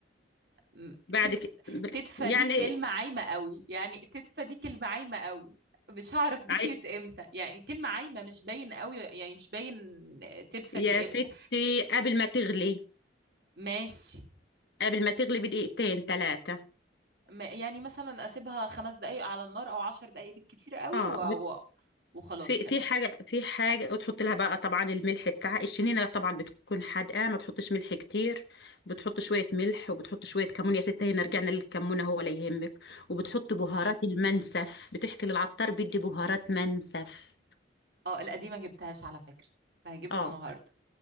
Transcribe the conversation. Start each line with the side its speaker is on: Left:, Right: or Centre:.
Right: م-
Left: بعد
Right: تدف...
Left: كده
Right: تدفى
Left: يعني
Right: دي كلمة عايمة قوي يعني تدفى دي كلمة عايمة قوي مش هعرف دفيت
Left: عي-
Right: امتى يعني كلمة عايمة مش باين قوي يعني مش باين تدفى
Left: يا
Right: دي
Left: ستي
Right: امتى
Left: قبل ما تغلي
Right: ماشي
Left: قبل ما تغلي بدقيقتين ثلاثه
Right: م... يعني مثلا اسيبها خمس دقايق على النار او عشر دقايق بالكتير قوي
Left: اه
Right: و... و... وخلاص
Left: في
Right: كده
Left: في حاجة في حاجة وتحط لها بقى طبعا الملح بتاعها الشنينة طبعا بتكون حادقة ما تحطش ملح كتير بتحط شوية ملح وبتحط شوية كمون يا ستة هنا رجعنا للكمون هو لا يهمك وبتحط بهارات المنسف بتحكي للعطار بيدي بهارات منسف
Right: اه القديمة جبتهاش على فكرة فهجيبها
Left: اه
Right: النهاردة